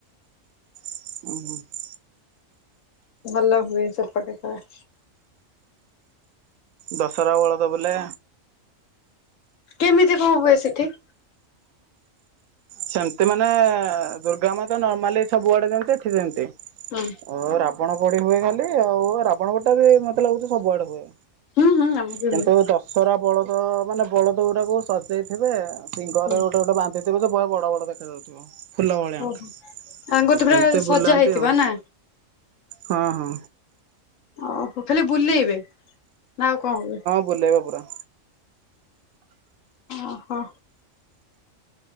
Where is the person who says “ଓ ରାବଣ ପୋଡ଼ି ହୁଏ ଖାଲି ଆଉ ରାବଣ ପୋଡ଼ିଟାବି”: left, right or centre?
Right